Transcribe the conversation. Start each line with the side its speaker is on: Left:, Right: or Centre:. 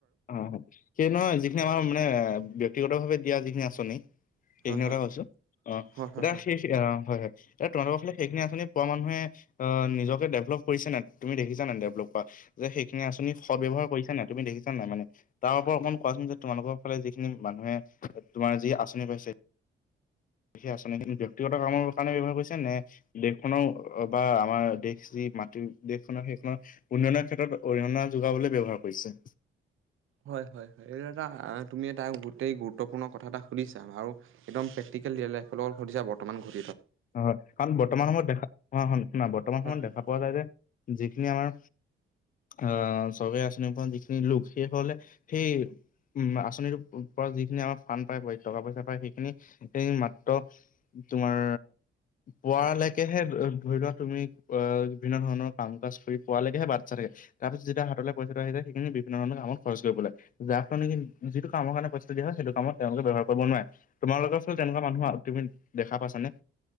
Left: অ', হয় সেই নহয় যিখিনি আমাৰ মানে ব্যক্তিগত ভাৱে দিয়া যিখিনি আঁচনি। সেইখিনিৰ
Right: হয় হয়
Left: কথা কৈছো অ',
Right: হয়
Left: এতিয়া
Right: হয় হয়
Left: সেই অ', হয় হয়। ত তোমালোকৰ ফালে সেইখিনি আঁচনি পোৱা মানুহে আহ নিজকে ডেভেলপ কৰিছে নাই তুমি দেখিছা নে ডেভেলপ কৰা। যে সেইখিনি আুনি সব্যৱহাৰ কৰিছ নে তুমি দেখি নাই মানে তাৰ ওপৰত অকমান কোৱাচোন যে তোমালোকৰ ফালে যিখিনি মানুহে তোমাৰ যি আঁচনি পাইছে সেই আঁচনি কিন্তু ব্যক্তিগত কামৰ কাৰণে ব্যৱহাৰ কৰিছে নে দেশখনৰ বা আমাৰ দেশ যি মাটিৰ দেশখনৰ সেইখনৰ উন্নয়নৰ ক্ষেত্ৰত অৰিহণা যোগাবলৈ ব্যৱহাৰ কৰিছে
Right: হয় হয় হয় এইটো এটা তুমি এটা গোটেই গুৰুত্বপূৰ্ণ কথা এটা সুধিছা আৰু একদম সা ব্ত <unintelligible>
Left: হয় হয় কাৰণ বৰ্তমান সময়ত দেখা ন বৰ্তমান
Right: হয়
Left: সময়ত
Right: হয়
Left: দেখা পোৱা যায় যে যিখিনি আমাৰ আহ চবে আচনি পৰা যিখিনি লোক সেই হলে সেই উম আঁচনিটোৰ পৰা যিখিনি আমাৰ ফান পায় টকা পইচা পায় সেইখিনি মাত্ৰ তোমাৰ পোৱালৈকেহে ধৰি লোৱা তুমি আহ বিভিন্ন ধৰণৰ কাম কাজ কৰি পোৱালৈকেহে বাট চাই থাকে। তাৰ পিছততিয়া হাতলৈ পইচা আহি য সেইখিনি বিভিন্ন ধৰণৰ কামত খৰচ কৰিব পাই য ফল নে কি যিটো কাম কাৰণে পইচাঞো দিয়া হয় সেইটো কামত তেওঁলোকে ব্যৱহাৰ কৰিব নোৱাৰে, তোমালোকৰ ফচলতে তেনেকুৱা মানুহ তুমি দেখা পাইছানে?